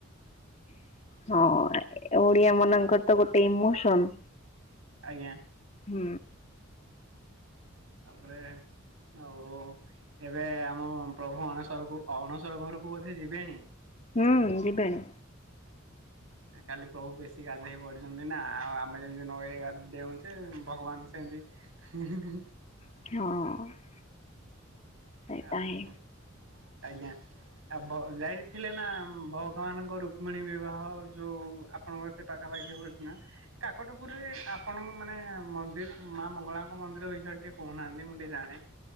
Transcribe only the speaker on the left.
ହଁ ଓଡିଆ ମାନଙ୍କର ତ ଗୋଟେ ଇମୋସନ୍।
ହୁଁ।
ହୁଁ ଯିବେଣି।
ହଁ। ସେଇଟା
ହିଁ